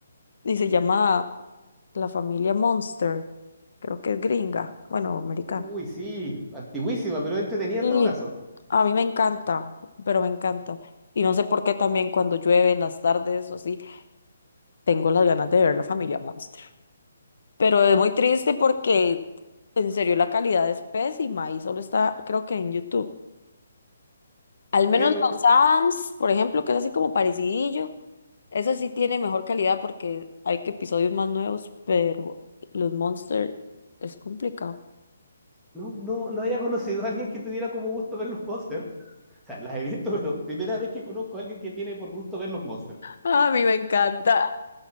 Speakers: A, on the left; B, in the centre.
A: y se llama la familia Monster. Creo que es gringa, bueno, americana.
B: Uy, sí, antiguísima, pero entretenida
A: Sí,
B: en todo caso.
A: a mí me encanta, pero me encanta. Y no sé por qué también cuando llueve en las tardes o así, tengo las ganas de ver la familia Monster. Pero es muy triste porque en serio la calidad es pésima y solo está, creo que en YouTube. Al menos
B: Pero
A: los Adams, por ejemplo, que es así como parecidillo, eso sí tiene mejor calidad porque hay que episodios más nuevos, pero los Monster es complicado.
B: no, no, no había conocido a alguien que tuviera como gusto ver los monsters. O sea, las he visto, pero primera vez que conozco a alguien que tiene por gusto ver los monsters.
A: Ah, A mí me encanta.